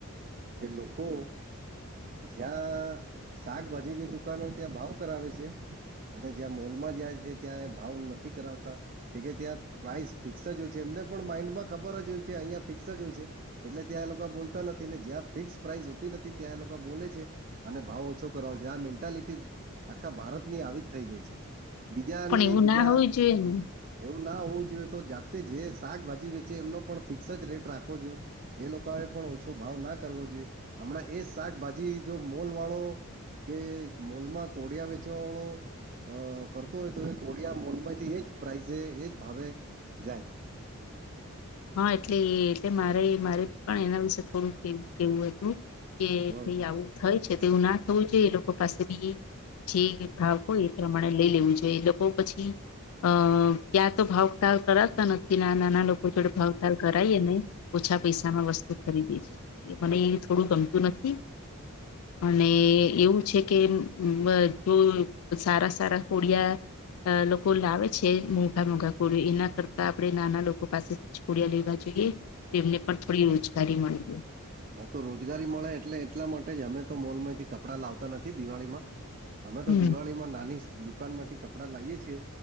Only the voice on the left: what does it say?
પણ એવું
ના હોવું જોઈએ ને
હા એટલે એ એટલે મારે મારે પણ એના વિશે થોડું કેવું હતું. કે
ભાઈ આવું થઈ છે તો એવું ના થવું જોઈએ એ લોકો પાસે બી જે ભાવ હોય એ પ્રમાણે લઈ લેવું જોઈએ એ લોકો પછી અ ત્યાં તો ભાવતાાલ કરાતા નથી નાના લોકો જોડે ભાવતાલ કરાયએ ને ઓછા પૈસામાં વસ્તુ ખરીદીે છે મને એ થોડું ગમતું નથી, અને એવું છે કે બધું સારા સારા કોડિયા, અ લોકો લાવે છે મોટા મોઘા કોળી એના કરતા આપણે નાના લોકો પાસે <unintelligible> લેવા જોઈએ તેમને પણ થોડી રોજગારી મળી
હમ